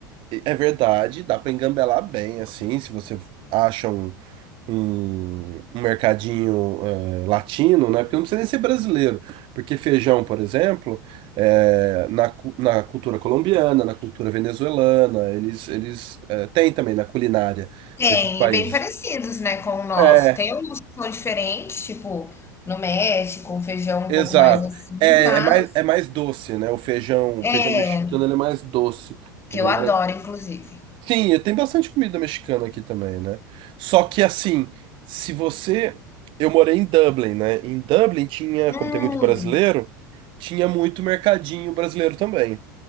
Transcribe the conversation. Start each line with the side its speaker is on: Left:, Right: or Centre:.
Right: é verdade, dá pra engambelar bem, assim, se você acha um em um mercadinho eh, latino, né? Porque não precisa nem ser brasileiro, porque feijão, por exemplo, eh, na, cu- na cultura colombiana, na cultura venezuelana, eles, eles eh, têm também na culinária
Left: Tem,
Right: desses países.
Left: e bem parecidos, né, com o nosso.
Right: É,
Left: Tem alguns que são diferentes, tipo, no México, um feijão
Right: exato.
Left: um pouco mais assim,
Right: É,
Left: mas
Right: é mais, é mais doce, né? O feijão, o
Left: é,
Right: feijão mexicano, ele é mais doce.
Left: que
Right: A galera
Left: eu adoro, inclusive.
Right: Sim, e tem bastante comida mexicana aqui também, né? Só que assim, se você. Eu morei em Dublin, né? Em Dublin tinha,
Left: Hum,
Right: como tem muito brasileiro, tinha muito mercadinho brasileiro também.